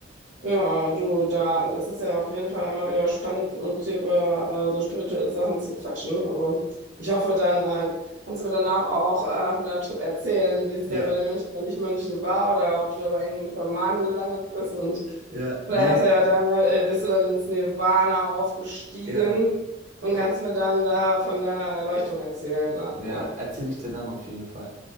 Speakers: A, on the right; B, on the right.
A: Ja, du, da, das ist ja auf jeden Fall immer wieder spannend, und dir über äh, so spirituelle Sachen zu quatschen. Also ich hoffe, dann äh, kannst du mir danach auch äh, von deinem Trip erzählen, wie es
B: Ja.
A: dann bei den Mönchen oder Nicht-Mönchen war oder ob du da bei irgendeinem Schamanen gelandet bist und
B: Ja,
A: Vielleicht
B: nee,
A: hast du ja dann, äh, bist du dann ins Nirvana aufgestiegen
B: ja.
A: und
B: Ja.
A: kannst mir dann da von deiner Erleuchtung erzählen, ne?
B: Ja,
A: Ja.
B: erzähle ich dir dann auf jeden Fall.